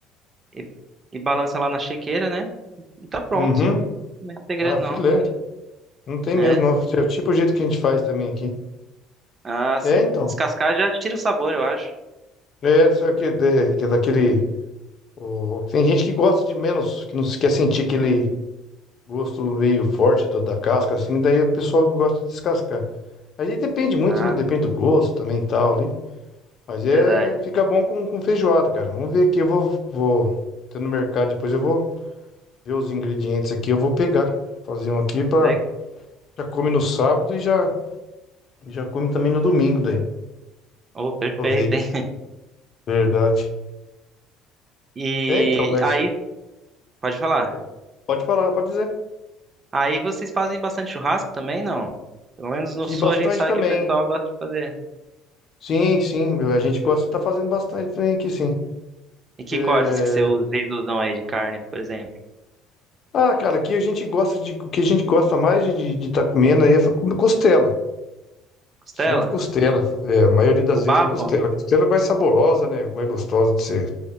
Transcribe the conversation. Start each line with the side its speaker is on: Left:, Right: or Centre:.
Right: e, e balança lá na chequeira, né? E tá pronto.
Left: Uhum.
Right: Não é segredo,
Left: Ah, filé.
Right: não.
Left: Não tem
Right: É.
Left: mesmo, não. É o tipo o jeito que a gente faz também aqui.
Right: Ah, sim.
Left: É, então.
Right: Descascar já tira o sabor, eu acho.
Left: É, só que, é, que é daquele. o- Tem gente que gosta de menos, que não se quer sentir aquele gosto meio forte do- da casca, assim, daí o pessoal gosta de descascar. Aí depende muito,
Right: Ah,
Left: né? Depende
Right: sim,
Left: do gosto também e tal ali. Mas
Right: verdade.
Left: é. Fica bom com, com feijoada, cara. Vamos ver aqui. Eu vou, vou. Tô no mercado, depois eu vou ver os ingredientes aqui, eu vou pegar. Fazer um aqui pra.
Right: Le-
Left: Já come no sábado e já. Já come também no domingo, daí.
Right: Oh, perfeito,
Left: Aproveita.
Right: hein?
Left: Verdade.
Right: E
Left: É, então, mas
Right: aí, pode falar.
Left: po- pode falar, pode dizer.
Right: Aí vocês fazem bastante churrasco também, não? Pelo menos no
Left: Que
Right: sul
Left: bastante
Right: a gente sabe
Left: também.
Right: que o pessoal gosta de fazer.
Left: Sim, sim, a gente gosta de tá fazendo bastante também aqui, sim.
Right: E que
Left: É,
Right: cortes que você usa- vocês usam aí de carne, por exemplo?
Left: Ah, cara, aqui a gente gosta de. O que a gente gosta mais de estar comendo aí é fa- comer costela.
Right: Costela?
Left: Sempre costela. É, a maioria das
Right: No
Left: vezes
Right: bafo?
Left: é costela. Costela é mais saborosa, né? Mais gostosa de ser.